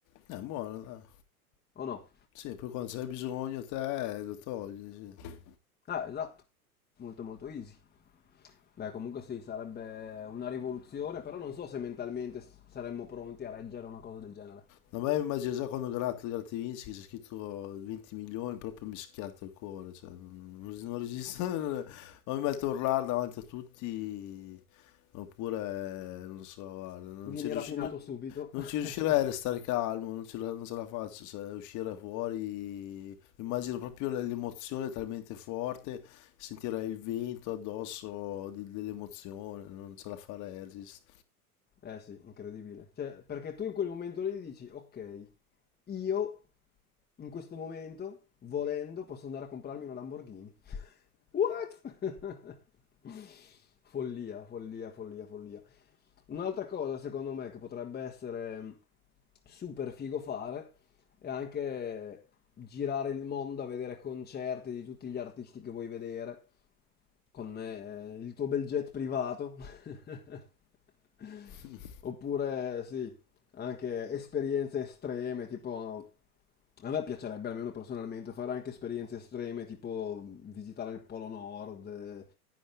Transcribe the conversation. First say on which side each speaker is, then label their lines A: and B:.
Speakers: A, on the left; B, on the left.
A: è buono, dai.
B: O no?
A: Sì, poi quando c'è bisogno te lo togli, sì.
B: Eh, esatto. Molto molto easy. Beh, comunque sì, sarebbe una rivoluzione, però non so se mentalmente s- saremmo pronti a reggere una cosa del genere.
A: No, ma io immagino già quando Gratt- Grattevinci che c'è scritto 20 milioni, proprio mi schiatta il cuore, cioè, non, non res- non resisto, <laughs> non- o mi metto a urlare davanti a tutti, oppure, non so, guarda, non
B: Vieni
A: ci, riusci-
B: rapinato
A: non-
B: subito
A: non
B: <laughs>
A: ci riuscirei a restare calmo, non, ce la, non ce la faccio, cioè, uscire fuori, immagino proprio l- l'emozione talmente forte, sentirei il vento addosso di- dell'emozione, non ce la farei, resist-
B: Eh sì, incredibile. Cioè, perché tu in quel momento lì dici, ok, io in questo momento, volendo, posso andare a comprarmi una Lamborghini. <laughs> What? <laughs> Follia, follia, follia, follia. Un'altra cosa, secondo me, che potrebbe essere mh, super figo fare è anche girare il mondo a vedere concerti di tutti gli artisti che vuoi vedere con eh, il tuo bel jet privato. <laughs>
A: <laughs>
B: Oppure sì, anche esperienze estreme, tipo a me piacerebbe almeno personalmente fare anche esperienze estreme, tipo visitare il Polo Nord, eh,